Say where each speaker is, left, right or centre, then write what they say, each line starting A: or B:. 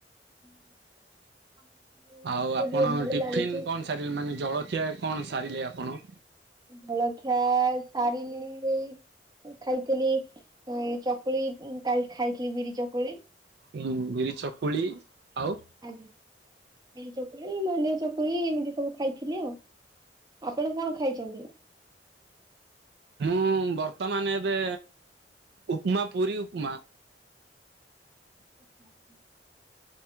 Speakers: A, on the right; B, on the right.
A: <unintelligible> ଟିକେ
B: ଆଉ
A: ଟିକେ
B: ଆପଣ
A: ଭଲ
B: ଟିଫିନ
A: ଲାଗୁଛି।
B: କଣ ସାରିଲେ ମାନେ ଜଳଖିଆ କଣ ସାରିଲେ ଆପଣ?
A: ଜଳଖିଆ ସାରିଲିଣି ଖାଇଥିଲି ଏ ଚକୁଳି କାଲି ଖାଇଥିଲି ବିରି ଚକୁଳି।
B: ହୁଁ ବିରି ଚକୁଳି ଆଉ?
A: ଆଜ୍ଞା ବିରି ଚକୁଳି, ମାଣ୍ଡିଆ ଚକୁଳି ଏମିତି ସବୁ ଖାଇଥିଲି ଆଉ। ଆପଣ କଣ ଖାଇଛନ୍ତି?
B: ମୁଁ ବର୍ତ୍ତମାନ ଏବେ ଉପମା ପୁରୀ ଉପମା।
A: <unintelligible>